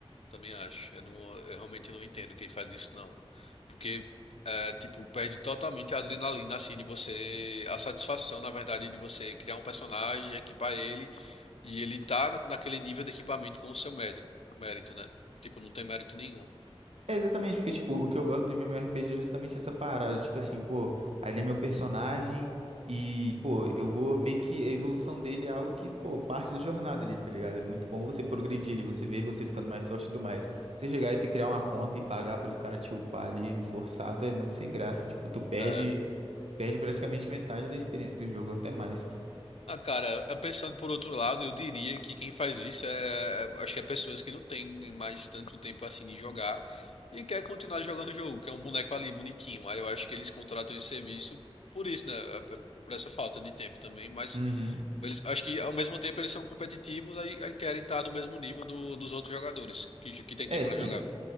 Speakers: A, on the left; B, on the right.
A: Também acho. Eu, não, eu realmente não entendo quem faz isso, não. Porque, é, tipo, perde totalmente a adrenalina, assim, de você... A satisfação, na verdade, de você criar um personagem, equipar ele, e ele tá na, naquele nível de equipamento com o seu mérito, mérito, né? Tipo, não tem mérito nenhum.
B: É exatamente, porque, tipo, o que eu gosto do MMORPG é justamente essa parada, tipo assim, pô, ali é meu personagem e, pô, eu vou meio que a evolução dele é algo que, pô, parte da jornada ali, tá ligado? É muito bom você progredir ali, você ver você ficando mais forte e tudo mais. Você chegar e se criar uma conta e pagar pros caras te upar ali forçado é muito sem graça, tipo, tu perde,
A: É.
B: perde praticamente metade da experiência do jogo, até mais.
A: Ah, cara, eh, pensando por outro lado, eu diria que quem faz isso é, é- é, acho que é pessoas que não têm mais tanto tempo assim de jogar e quer continuar jogando o jogo, que é um boneco ali bonitinho. Aí eu acho que eles contratam esse serviço por isso, né? eh, p- Por essa falta de tempo também, mas
B: Uhum.
A: eles acho que ao mesmo tempo eles são competitivos aí, aí querem estar no mesmo nível do- dos outros jogadores que, j- que tem tempo
B: É,
A: pra
B: sim,
A: jogar.